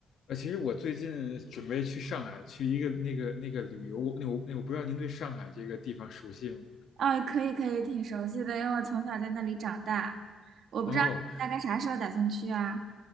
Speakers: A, on the left; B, on the right.
A: 呃，其实我最近准备去上海去一个那个那个旅游，我那我那我不知道您对上海这个地方熟悉吗？
B: 啊，可以可以，挺熟悉的，因为我从小在那里长大。我不知道你大概啥时候打算去啊？
A: 哦，